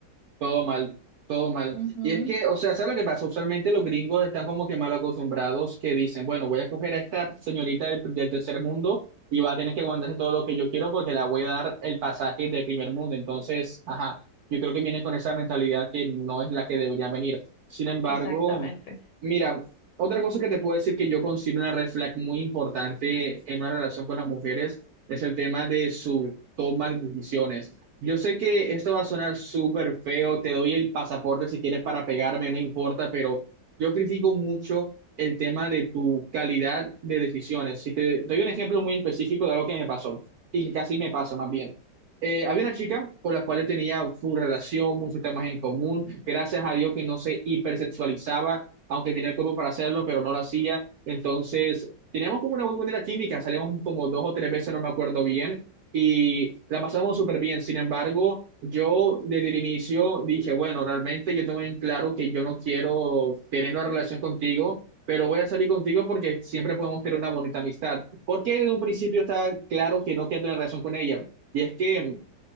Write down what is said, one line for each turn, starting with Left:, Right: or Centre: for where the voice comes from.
Right: Todo mal, todo mal.
Left: Ujú,
Right: Y es que, o sea, ¿sabes lo que pasa? Usualmente los gringos están como que mal acostumbrados que dicen, bueno, voy a coger a esta señorita del, del tercer mundo y va a tener que aguantarse todo lo que yo quiero porque la voy a dar el pasaje del primer mundo. Entonces, ajá, yo creo que vienen con esa mentalidad que no es la que deberían venir. Sin embargo,
Left: <laughs> Exactamente.
Right: mira, otra cosa que te puedo decir que yo considero una red flag muy importante en una relación con las mujeres es el tema de su toma de decisiones. Yo sé que esto va a sonar súper feo, te doy el pasaporte si quieres para pegarme, no importa, pero yo critico mucho el tema de tu calidad de decisiones. Si te doy un ejemplo muy específico de algo que me pasó y que casi me pasa más bien. Eh, había una chica con la cual yo tenía su relación, muchos temas en común, gracias a Dios que no se hipersexualizaba, aunque tenía el cuerpo para hacerlo, pero no lo hacía. Entonces, teníamos como una muy bonita química, salíamos como dos o tres veces, no me acuerdo bien y la pasamos súper bien. Sin embargo, yo desde el inicio dije, bueno, realmente yo tengo en claro que yo no quiero tener una relación contigo, pero voy a salir contigo porque siempre podemos tener una bonita amistad. ¿Por qué desde un principio está claro que no quiero tener relación con ella? Y es que